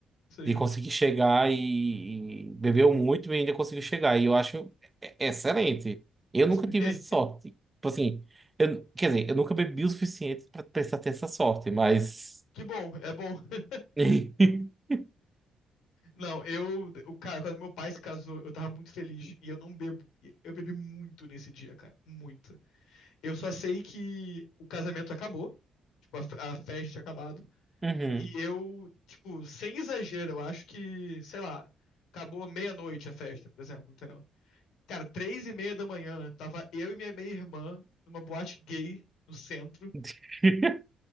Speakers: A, on the left (about 85°); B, on the right (about 20°).
A: Sim.
B: de conseguir chegar e, e bebeu muito e ainda conseguiu chegar. E eu acho e- excelente. Eu nunca
A: <laughs>
B: tive essa sorte. Tipo assim, eu, quer dizer, eu nunca bebi o suficiente para precisar ter essa sorte, mas.
A: Que bom, é bom. <laughs>
B: <laughs>
A: Não, eu, o cara, quando meu pai se casou, eu tava muito feliz e eu não bebo. E Eu bebi muito nesse dia, cara, muito. Eu só sei que o casamento acabou, tipo, a, fe- a festa tinha acabado,
B: Uhum.
A: e eu, tipo, sem exagero, eu acho que, sei lá, acabou meia-noite a festa, por exemplo, entendeu? Cara, três e meia da manhã, tava eu e minha meia-irmã numa boate gay no centro,
B: <laughs>